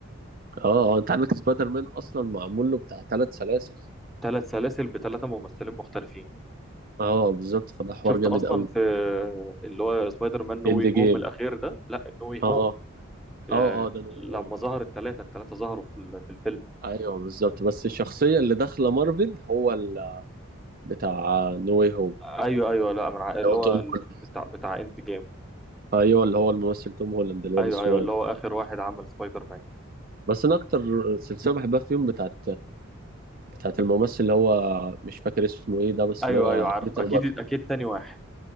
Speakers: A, on the right; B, in the centre.
A: اه آه، انت عندك سبايدر مان اصلا معمول له بتاع ثلاث سلاسل
B: ثلاث سلاسل بثلاثه ممثلين مختلفين
A: اه بالظبط فده حوار
B: شفت
A: جامد
B: اصلا
A: قوي
B: في اللي هو سبايدر مان نو
A: اند
B: واي
A: جيم
B: هوم الاخير ده لا نو واي
A: اه
B: هوم آه،
A: اه اه ده نو
B: لما
A: واي هوم
B: ظهر الثلاثه الثلاثه ظهروا في ال- في الفيلم
A: ايوه بالظبط بس الشخصيه اللي داخله مارفل هو ال... بتاع نو واي هوم
B: ايوه ايوه لا من ع- اللي
A: هو
B: هو
A: توم هولاند
B: بتاع بتاع اند جيم
A: ايوه اللي هو الممثل توم هولاند الواد
B: ايوه
A: الصغير
B: ايوه اللي هو اخر واحد عمل سبايدر مان
A: بس انا اكتر سلسله بحبها فيهم بتاعت بتاعت الممثل اللي هو مش فاكر اسمه ايه ده بس
B: ايوه
A: اللي هو
B: ايوه عارف
A: بيتر
B: اكيد
A: باركر
B: اكيد تاني واحد